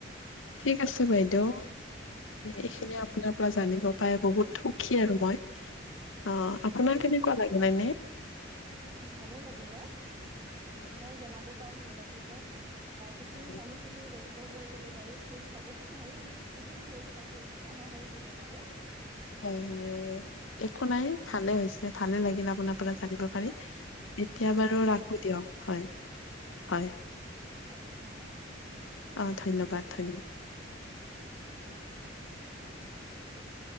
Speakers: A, on the left (about 85°); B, on the right (about 25°).
A: ঠিক আছে বাইদেউ। এইখিনি আপোনাৰ পৰা জানিব পাই বহুত সুখী আৰু মই। অহ আপোনাৰ কেনেকুৱা লাগে নাই?
B: উম ভালে লাগিলে উম
A: হয়
B: মই জনাব পাই ভাল লাগিলে বা যিখিনি
A: হয়
B: জানো সেইখিনি কৰিলো বাৰু ভুল হ'বও পাৰে যদি ভুল ভ্ৰান্তি হৈছে ক্ষমা কৰি দিব বাৰু।
A: হয় হয় একো নাই ভালে হৈছে ভালে লাগিল আপোনাক পৰা জানিব পাৰি
B: হয়,
A: এতিয়া
B: হয়,
A: বাৰু
B: হয়,
A: ৰাখো দিয়ক হয়। হয়
B: ঠিক আছে ধন্যবাদ।
A: আহ ধন্যবাদ ধন্যবাদ।
B: <inaudible>